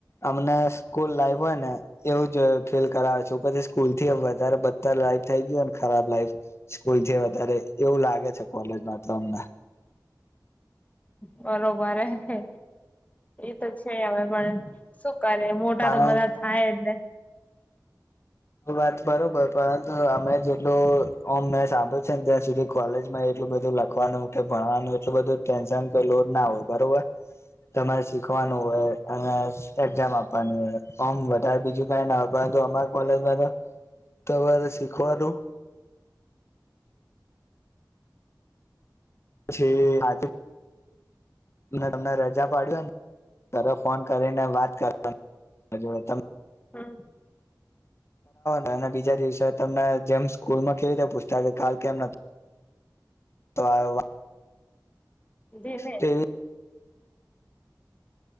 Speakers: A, on the left; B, on the left.
A: અમને સ્કૂલ લાઈવ હોય ને એવું જ ફીલ કરાવે છે પછી સ્કૂલ થી વધારે બધા લાઈવ થઈ ગય હો ખરાબ લાઈફ સ્કૂલ છે વધારે એવું લાગે છે કોલેજમાં તો અમને
B: હ બરોબર હ એ તો છે હવે પણ કરે મોટા
A: કારણ
B: તો બધા થાય એટલે
A: એ વાત બરોબર પરંતુ અમે જેટલું અ મેં સાંભળ છે ને ત્યાં સુધી કોલેજ માં એટલું બધું લખવાનું કે ભણવાનું એટલું બધું ટેન્શન કે લોડ ના હોય બરોબર તમારે શીખવાનું હોય અને એક્ઝામ આપવાની હોય આમ વધારે બીજું કઈ ના હોય પરંતુ અમર ઓલ તમારે શીખવાનું પછી આજ તમને રજા પાડ્યું કરો ફોન કરીને વાત કરવાની જો ત
B: હમ
A: ને અને બીજા દિવસે તમને જેમ સ્કૂલમાં કેવીતે પૂછતા કે કાલ કેમ નથી તો આવ્યો
B: ધીમે
A: તેવી